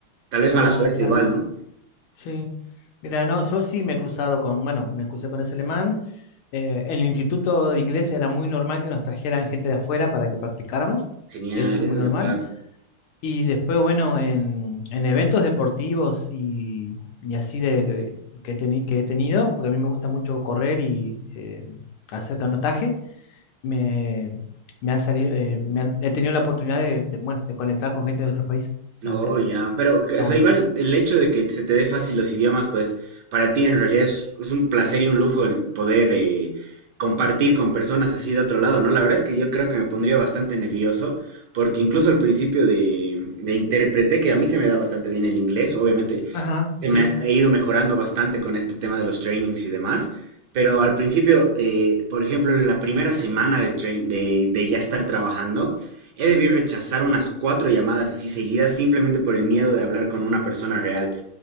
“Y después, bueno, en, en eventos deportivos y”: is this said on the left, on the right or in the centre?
Left